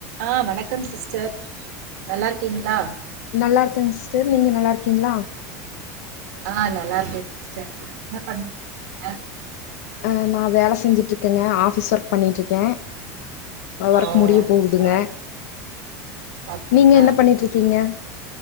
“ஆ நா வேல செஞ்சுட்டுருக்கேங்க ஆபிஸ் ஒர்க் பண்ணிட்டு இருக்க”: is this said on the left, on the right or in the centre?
Left